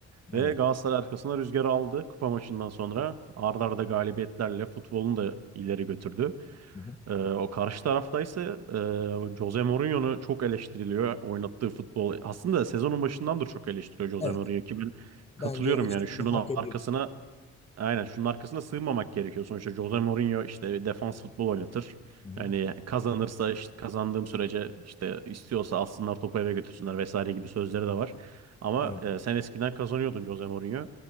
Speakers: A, on the left; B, on the right.
A: Aynen.
B: Ve Galatasaray arkasına rüzgarı aldı kupa maçından sonra. Arda arda galibiyetlerle futbolunu da ileri götürdü.
A: Hı hı.
B: Ee, o karşı tarafta ise e, Jose Mourinho'nu çok eleştiriliyor. Oynattığı futbol aslında sezonun başından da çok eleştiriyor Jose
A: Evet.
B: Mourinho ki ben
A: Bence
B: katılıyorum
A: eleştiri
B: yani şunun
A: de hak ediyor.
B: arkasına Aynen şunun arkasına sığınmamak gerekiyor. Sonuçta Jose Mourinho işte defans futbol oynatır.
A: Hı hı.
B: Yani kazanırsa işte kazandığım sürece işte istiyorsa alsınlar topu eve götürsünler vesaire gibi sözleri de var. Ama
A: Evet.
B: e, sen eskiden kazanıyordun Jose Mourinho.